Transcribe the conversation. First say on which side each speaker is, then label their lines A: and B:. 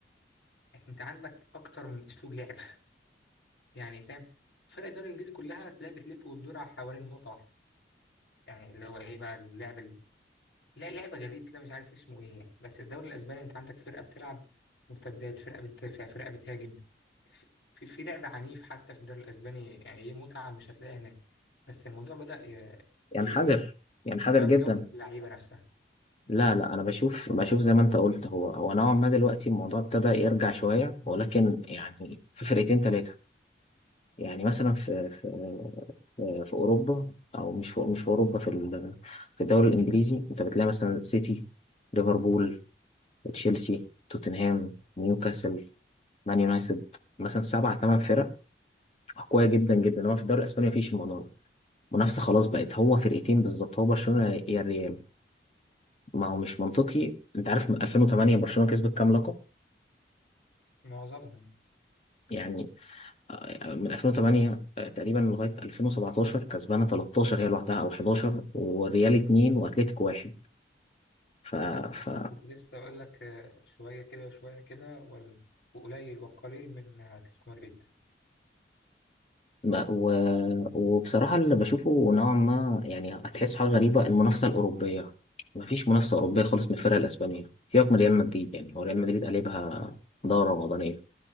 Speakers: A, on the left (about 75°); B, on the left (about 35°).
A: أنت عندك أكتر من أسلوب لعب <laughs> يعني فاهم فرق الدوري الإنجليزي كلها تلاقي بتلف وتدور على حوالين نقطة واحدة يعني اللي هو إيه بقى اللعب لا لعبة غريب كده مش عارف اسمه ايه يعني بس الدوري الاسباني انت عندك فرقة بتلعب مرتدات فرقة بتدافع فرقة بتهاجم في في لعب عنيف حتى في الدوري الاسباني يعني ايه متعة مش هتلاقيها هناك بس الموضوع بدأ ي-
B: ينحدر
A: يقل
B: ينحدر
A: بسبب
B: جدا
A: جودة اللعيبة نفسها
B: لا لا انا بشوف بشوف زي ما انت قلت هو هو نوعا ما دلوقتي الموضوع ابتدى يرجع شويه ولكن يعني في فرقتين ثلاثه يعني مثلا في في في في اوروبا او مش في مش في اوروبا في ال- في الدوري الانجليزي انت بتلاقي مثلا سيتي ليفربول تشيلسي توتنهام نيوكاسل مان يونايتد مثلا سبع ثمان فرق قوية جدا جدا انما في الدوري الاسباني مفيش الموضوع ده منافسة خلاص بقت هو فرقتين بالظبط هو برشلونة يا الريال ما هو مش منطقي انت عارف من 2008 برشلونة كسبت كام لقب
A: معظمهم يعني
B: يعني آه، من 2008 تقريبا لغايه 2017 كسبانه 13 هي لوحدها او 11 والريال 2 واتلتيكو 1 ف ف
A: انا كنت لسه اقول لك آه، شوية كده وشوية كده وال- وقليل والقليل من آه، اتلتيكو مدريد
B: ما- و... وبصراحه اللي بشوفه نوعا ما يعني هتحس حاجه غريبه المنافسه الاوروبيه مفيش منافسه اوروبيه خالص من الفرق الاسبانيه سيبك من ريال مدريد يعني هو ريال مدريد قلبها دوره رمضانيه